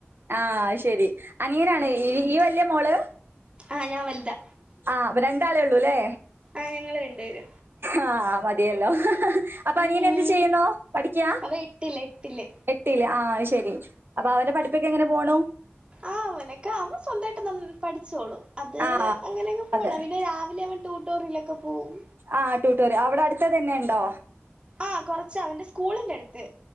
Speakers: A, on the right; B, on the right.
A: ആ അത് ശരി അനിയനാണ്
B: ഉം
A: ഈ ഇയ് വല്യ മോള്
B: ആഹ് ഞാൻ വൽതാ
A: ആഹ് അപ്പൊ രണ്ടാളൊള്ളൂല്ലേ
B: ആഹ് ഞങ്ങള് രണ്ട് പേര്
A: ആഹ് മതിയല്ലോ അപ്പോ
B: ഉം
A: അനിയനെന്ത് ചെയ്യുന്നു പഠിക്ക
B: അവൻ എട്ടില് എട്ടില്
A: എട്ടില് ആഹ് അത് ശരി അപ്പൊ അവന്റെ പഠിപ്പൊക്കെ എങ്ങനെ പോണു?
B: ആഹ് അവനൊക്കെ അവൻ സ്വന്തായിട്ട് നൽ പഠിച്ചോളും. അത്
A: ആ
B: അങ്ങനെങ് പോണ്
A: അതെ
B: പിന്നെ രാവിലെ അവൻ ടൂട്ടോറിലൊക്കെ പോവും.
A: ആഹ് ട്യൂട്ടോറിയ അവിടെടുത്തത് തന്നെയുണ്ടോ
B: ആഹ് കൊറച്ച് വന്റെ സ്കൂളിന്റടുത്ത്